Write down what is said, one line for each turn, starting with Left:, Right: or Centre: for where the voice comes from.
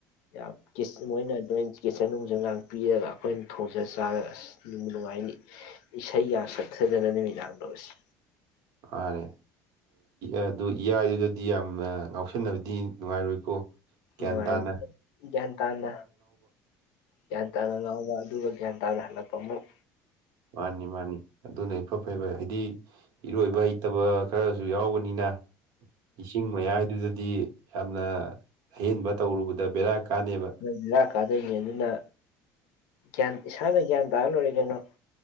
Left: ꯌꯥꯝ ꯀꯤꯁ <unintelligible> ꯀꯤꯆꯥꯟ ꯅꯨꯪꯖꯟ ꯒꯥꯡ ꯄꯤꯔꯒ ꯑꯩꯈꯣꯏꯅ ꯊꯣꯡꯖ ꯆꯥꯔꯒ ꯑꯁ ꯅꯨꯡꯉꯥꯏꯅ ꯏꯁꯩꯒ ꯁꯛꯊꯗꯅ ꯅꯨꯃꯤꯗꯥꯡꯗꯣ ꯑꯁ
Right: ꯃꯥꯅꯦ ꯑꯗꯨ ꯏꯌꯥꯏꯗꯨꯗꯗꯤ ꯌꯥꯝꯅ ꯉꯥꯎꯁꯟꯅꯕꯗꯤ ꯅꯨꯡꯉꯥꯏꯔꯣꯏꯀꯣ꯫
Left: ꯅꯨꯡꯉꯥꯏ
Right: ꯒ꯭ꯌꯥꯟ ꯇꯥꯅ
Left: ꯒ꯭ꯌꯥꯟ ꯇꯥꯅ ꯒ꯭ꯌꯥꯟ ꯇꯥꯅ ꯉꯥꯎꯕ ꯑꯗꯨꯒ ꯒꯌ꯭ꯥꯟ ꯇꯥꯅꯥ ꯍꯛꯀꯄꯥ ꯑꯃꯨꯛ
Right: ꯃꯥꯅꯤ ꯃꯥꯅꯤ ꯑꯗꯨꯅ ꯏꯐ ꯐꯩꯕ ꯍꯥꯏꯗꯤ ꯏꯔꯣꯏꯕ ꯍꯩꯇꯕ ꯈꯔꯁꯨ ꯌꯥꯎꯕꯅꯤꯅ ꯏꯁꯤꯡ ꯃꯌꯥꯏꯗꯨꯗꯗꯤ ꯌꯥꯝꯅ ꯑꯍꯦꯟꯕ ꯇꯧꯔꯨꯕꯗ ꯕꯦꯔꯥ ꯀꯥꯅꯦꯕ
Left: ꯕꯦꯔꯥ ꯀꯥꯗꯣꯏꯅꯦ ꯑꯗꯨꯅ ꯒ꯭ꯌꯥꯟ ꯏꯁꯥꯅ ꯒ꯭ꯌꯥꯟ ꯇꯥꯔ ꯂꯣꯏꯔꯤ ꯀꯩꯅꯣ꯫